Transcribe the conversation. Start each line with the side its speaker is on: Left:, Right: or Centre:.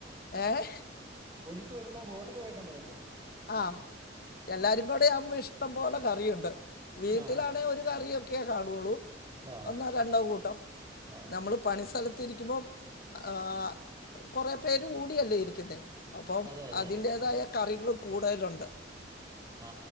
Left: ഏഹ
Right: ക്ക് വരുമ്പോ ഹോട്ടലു ആയിട്ടാണോ വരുന്നേ
Left: ആ എല്ലാരും കൂടെ ആവുമ്പോ ഇഷ്ടം പോലെ കറിയുണ്ട് വീട്ടിലാണെ
Right: ആ
Left: ഒരു കാറിയെ ഒക്കിയേ കണോള്ളു
Right: ആ
Left: ഒന്നാ രണ്ടോ കൂട്ടം
Right: ആ
Left: നമ്മള് പണിയിസ്തല്ല തിരിക്കുമ്പോ ആ കുറയെപേരും ഊണ് യല്ലേ ഇരിക്കുന്നെ അപ്പം
Right: അതെ അതെ
Left: അതിന്റെതായ
Right: അതെ
Left: കറികള്ളും കൂടെലുണ്ട്
Right: ആ